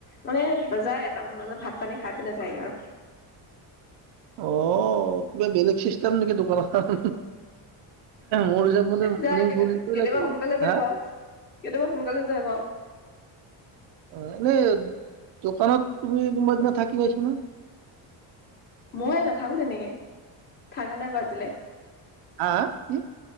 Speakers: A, on the left; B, on the right.
A: মানে যায় এটামান বাজত ভাত পানী খাই পিনে যায়গে আৰু
B: আহ কিবা বেলেগ চিষ্টেম নেকি দোকানত মোৰ যাবলে মান
A: যায় কেতি
B: ভুলিব
A: কেতিয়াবা
B: লাগিব
A: সোনকালে যায়
B: হা
A: বাৰু কেতিয়াবা সোনকালে যায় বাৰু
B: অ এনে দোকানত তুমি কোনোবা এদিনা থাকি পাইছা না
A: মই নাথাকো তেনেকে থানে নাই বাজিলে
B: হা হা কি?